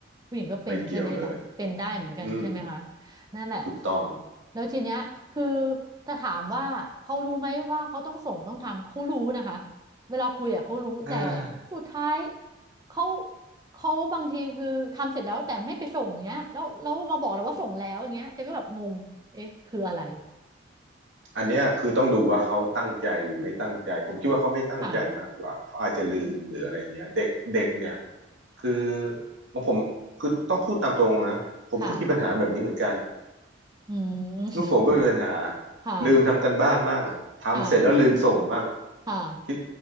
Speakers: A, on the right; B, on the right.
A: ผู้หญิงก็เป็นใช่ไหมนะเป็นได้เหมือนกันใช่ไหมคะ
B: ไม่เกี่ยวเลยอืม
A: นั่นแหละ
B: ถูกต้อง
A: แล้วทีเนี้ยคือถ้าถามว่าเขารู้ไหมว่าเขาต้องส่งต้องทำเขารู้นะคะ เวลาคุยอ่ะเขารู้แต่
B: อ่า
A: สุดท้ายเขาเขาบางทีคือทำเสร็จแล้วแต่ไม่ไปส่งอย่างเงี้ยแล้วแล้วมาบอกเราว่าส่งแล้วอย่างเงี้ยเจะก็แบบงงเอ๊ะคืออะไร
B: อันเนี้ยคือต้องดูว่าเขาตั้งใจหรือไม่ตั้งใจผมคิดว่าเขาไม่ตั้งใจมากกว่าเขาอาจจะลืมหรืออะไรเงี้ยเด็กเด็กเนี่ย
A: อืมค่ะอืม
B: คือของผมคือต้องพูดตามตรงนะผมก็มีปัญหาแบบนี้เหมือนกัน
A: ค่ะอืม
B: ลูกผมก็มีปัญหา
A: ค่ะ
B: ลืมทำกันบ้านมั่งทำเสร็จแล้วลืมส่งมั่ง
A: ค่ะค่ะ
B: คิด